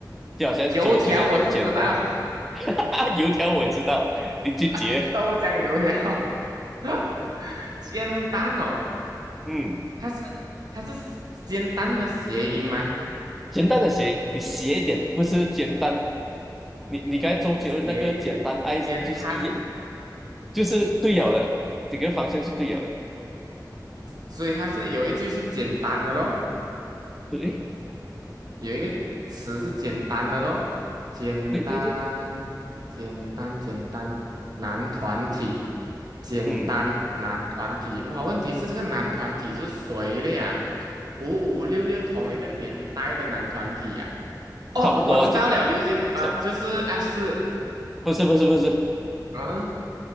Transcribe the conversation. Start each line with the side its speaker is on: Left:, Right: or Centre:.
Centre: 就好像周杰伦有“煎蛋”，
Right: 油条我是知道，
Centre: <laughs> 油条我也知道，林俊杰，
Right: <laughs> 豆浆油条，<laughs> 煎蛋哦，
Centre: 嗯，
Right: 它是它是煎蛋的谐音吗？
Centre: “煎蛋”的谐音，你斜一点，不是“简单”？你你刚才周杰伦那个“简单爱”就是一
Right: 谐一点，煎蛋，
Centre: 就是对了的，整个方向是对了的，
Right: 所以它是有一句是简单的咯。
Centre: 对
Right: 有一个词是简单的咯，简单，
Centre: 对对对，
Right: 简单，简单，男团体，简单男团体。
Centre: 嗯，
Right: 哇，问题是这个男团体是谁了呀？五五六六同一个年代的男团体呀、哦，
Centre: 差不多就
Right: 我知道了，流行呃，
Centre: 走，so，
Right: 就是 F 四。
Centre: 不是不是不是，
Right: 嗯，